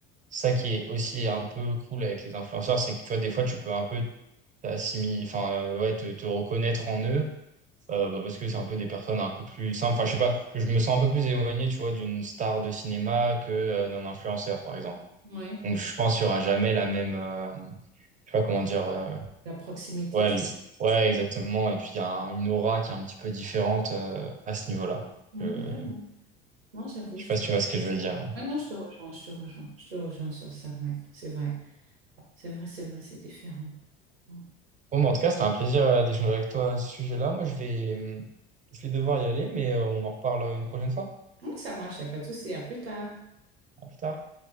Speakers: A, on the right (about 25°); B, on the right (about 85°).
A: ça qui est aussi un peu cool avec les influenceurs, c'est que, tu vois, des fois, tu peux un peu t'assimiler, enfin, euh, ouais, te, te reconnaître en eux, euh, bah, parce que c'est un peu des personnes un peu plus simples. Enfin, je sais pas, je me sens un peu plus éloigné, tu vois, d'une star de cinéma que, euh, d'un influenceur, par exemple.
B: Mhm. Ouais.
A: Donc, je pense qu'il y aura jamais la même, euh, je sais pas comment dire, euh,
B: La proximité,
A: ouais,
B: tu...
A: le- ouais, exactement. Et puis, il y a un- une aura qui est un petit peu différente euh, à ce niveau-là.
B: Mhm,
A: Euh,
B: ouais, non, Non, j'avoue,
A: je
B: je
A: sais pas
B: te...
A: si tu vois ce que je veux dire.
B: Ouais, non, je te rejoins, je te rejoins, je te rejoins sur ça, ouais, c'est vrai. C'est vrai, c'est vrai, c'est différent. Mm.
A: Bon, mais en tout cas, c'était un plaisir euh, d'échanger avec toi à ce sujet-là. Moi, je vais, hum, je vais devoir y aller, mais euh, on en reparle euh, une prochaine fois.
B: Donc, ça marche, il n'y a pas de souci. À plus tard.
A: À plus tard.